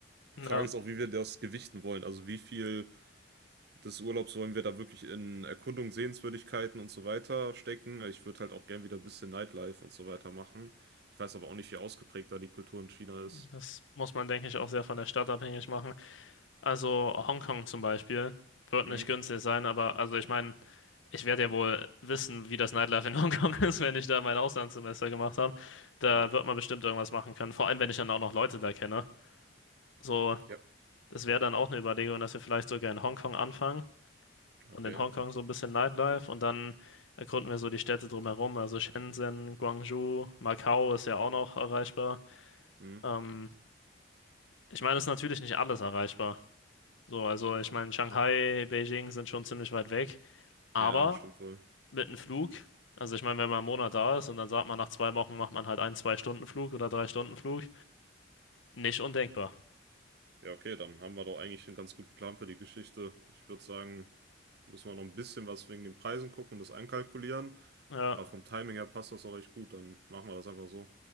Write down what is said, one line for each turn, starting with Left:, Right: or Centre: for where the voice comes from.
Left: Ja,
Right: Frage ist auch, wie wir das gewichten wollen. Also wie viel des Urlaubs wollen wir da wirklich in Erkundung, Sehenswürdigkeiten und so weiter stecken. Ich würde halt auch gern wieder ein bisschen Nightlife und so weiter machen. Ich weiß aber auch nicht, wie ausgeprägt da die Kultur in China
Left: das
Right: ist.
Left: muss man, denke ich, auch sehr von der Stadt abhängig machen. Also Hongkong zum Beispiel wird
Right: Hm,
Left: nicht günstig sein, aber also ich meine, ich werde ja wohl wissen, wie das Nightlife in Hongkong <laughs> ist, wenn ich da mein Auslandssemester gemacht habe. Da
Right: ja.
Left: wird man bestimmt irgendwas machen können, vor allem wenn ich dann auch noch Leute da kenne. So,
Right: Ja.
Left: das wäre dann auch eine Überlegung, dass wir vielleicht sogar in Hongkong anfangen und
Right: Okay.
Left: in Hongkong so ein bisschen Nightlife und dann erkunden wir so die Städte drumherum, also Shenzhen, Guangzhou, Macau ist ja auch noch erreichbar.
Right: Hm.
Left: Ähm, ich meine, es ist natürlich nicht alles erreichbar. So, also ich meine, Shanghai, Beijing sind schon ziemlich weit weg, aber
Right: Ja, stimmt wohl.
Left: mit einem Flug, also ich meine, wenn man einen Monat da ist und dann sagt man, nach zwei Wochen macht man halt einen Zwei-Stunden-Flug oder Drei-Stunden-Flug, nicht undenkbar.
Right: Ja, okay, dann haben wir doch eigentlich einen ganz guten Plan für die Geschichte. Ich würde sagen, müssen wir noch ein bisschen was wegen den Preisen gucken und das einkalkulieren.
Left: Ja,
Right: Aber vom Timing her passt das auch recht gut. Dann machen wir das einfach so.